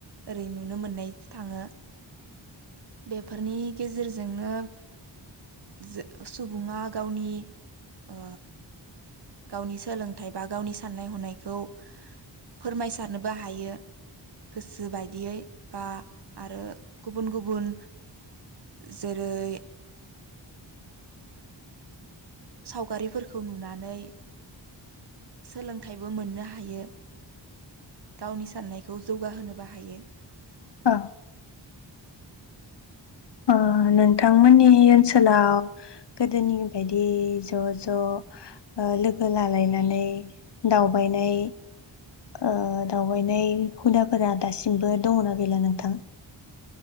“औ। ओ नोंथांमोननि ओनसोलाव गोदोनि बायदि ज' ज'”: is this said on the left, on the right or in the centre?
Left